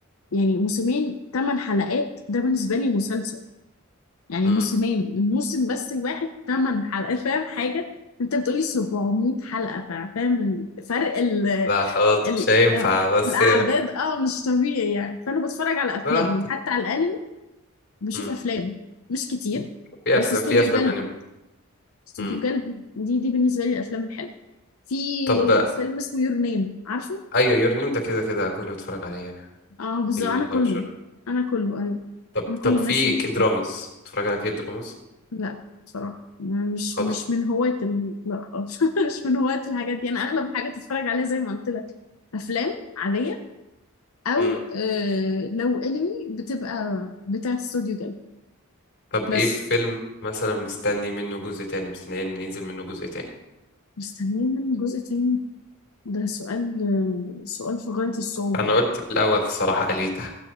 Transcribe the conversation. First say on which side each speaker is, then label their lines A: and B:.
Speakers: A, on the left; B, on the left.
A: يعني موسمين 8 حلقات ده بالنسبه لي مسلسل يعني
B: امم
A: موسمين الموسم بس الواحد 8 حلقات فاهم حاجه انت بتقولي 700 حلقه فا- فاهم الفرق ال
B: لا خلاص
A: ال
B: مش هينفع
A: آه،
B: بس
A: الاعداد اه مش طبيعي يعني فانا بتفرج على افلام
B: براحتك
A: يعني حتى على الانمي بشوف
B: امم
A: افلام مش كتير
B: في
A: بس
B: افلام
A: استوديو
B: في افلام
A: قلبي
B: انمي
A: استوديو
B: امم
A: قلبي دي دي بالنسبه لي الافلام الحلوه في
B: طب
A: فيلم اسمه يور نيم عارفه
B: ايوه يور نيم ده كده كده كله بيتفرج عليه يعني
A: اه بالظبط
B: يور
A: انا
B: نيم
A: كله
B: ده مشهور
A: انا كله ايوه
B: طب
A: انا كل
B: طب في
A: الناس بتتفرج
B: كيد رامز بتتفرج على كيد رامز
A: لا بصراحه ما- مش
B: خالص
A: مش من هواة ال... لا خالص <laughs> مش من هواة الحاجات دي انا اغلب الحاجات بتفرج عليها زي ما قلت لك افلام عاديه او
B: مم.
A: آه لو انمي بتبقى بتاع استوديو جلب
B: طب
A: بس
B: ايه فيلم مثلا مستني منه جزء تاني مستني ان ينزل منه جزء تاني
A: مستنيين منه جزء تاني ده سؤال سؤال في غاية الصعوبة
B: انا
A: يعني
B: قلت في الاول الصراحة أليتا